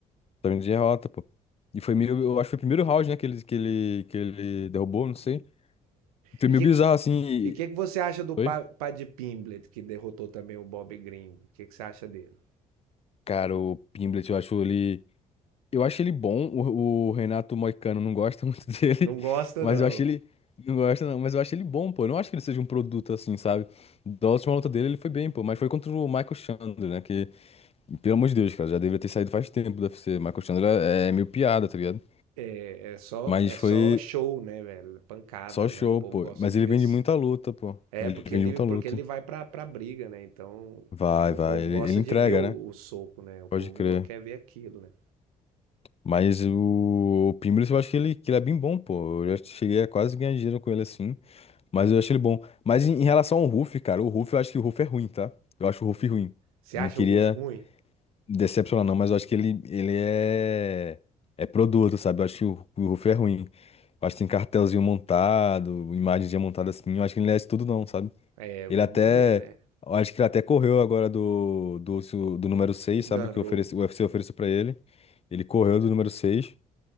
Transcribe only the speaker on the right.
E
o que,
que-
e que, que você acha do
Pa- Paddy Pimblet, que derrotou também o Bob Green? O que, que você acha dele?
Não gosta,
não.
É, é só,
é só
show, né, velho? É Pancada,
né?
O povo
gosta
de
ver.
s-
É,
porque
ele,
porque
ele vai pra, pra briga, né? Então,
o
povo
gosta
de ver o,
o soco, né? O
povo
go- quer ver aquilo, né?
Você
acha
o Ruff ruim?
É, vamos
ver, né?
Ganrou.